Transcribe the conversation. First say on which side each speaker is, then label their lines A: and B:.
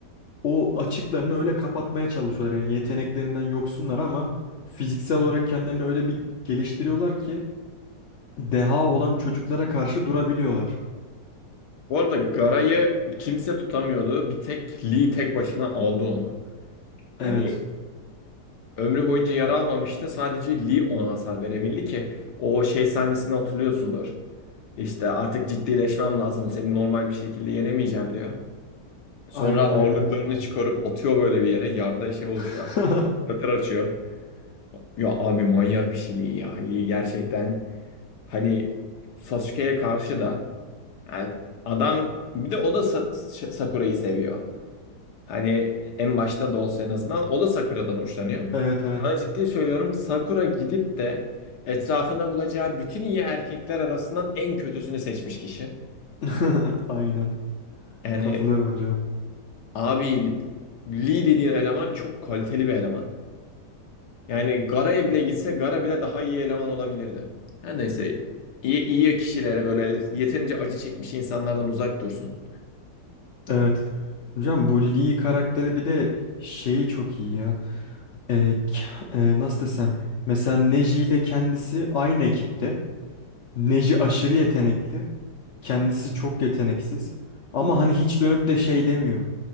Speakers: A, on the left; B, on the left.
A: o açıklarını öyle kapatmaya çalışıyorlar. Yani yeteneklerinden yoksunlar ama fiziksel olarak kendilerini öyle bir geliştiriyorlar ki deha olan çocuklara karşı durabiliyorlar.
B: Bu arada Gara'yı kimse tutamıyordu. Bir tek Lee tek başına aldı onu. Hani
A: Evet.
B: ömrü boyunca yara almamıştı. Sadece Lee ona hasar verebildi ki o şey sahnesini hatırlıyorsundur. İşte artık ciddileşmem lazım. Seni normal bir şekilde yenemeyeceğim diyor. Sonra
A: Aynen
B: ağırlıklarını
A: aynen.
B: çıkarıp atıyor böyle bir yere. Yarda şey oluşuyor.
A: <laughs>
B: Krater açıyor. Ya abi manyak bir şey Lee ya. Lee gerçekten hani Sasuke'ye karşı da yani adam bir de o da Sa- Sa- Sakura'yı seviyor. Hani en başta da olsa en azından o da Sakura'dan hoşlanıyor.
A: Evet evet.
B: Sana ciddi söylüyorum Sakura gidip de etrafına bulacağı bütün iyi erkekler arasından en kötüsünü seçmiş kişi.
A: <laughs> Aynen.
B: Yani
A: Katılıyorum hocam.
B: Abi Lee dediğin eleman çok kaliteli bir eleman. Yani Gara'ya bile gitse Gara bile daha iyi eleman olabilirdi. Her neyse iyi, iyi kişilere böyle yeterince acı çekmiş insanlardan uzak dursun.
A: Evet. Hocam bu Lee karakteri bir de şeyi çok iyi ya. Ee, k- e, nasıl desem. Mesela Neji ile kendisi aynı ekipte. Neji aşırı yetenekli. Kendisi çok yeteneksiz. Ama hani hiç dönüp de şey demiyor.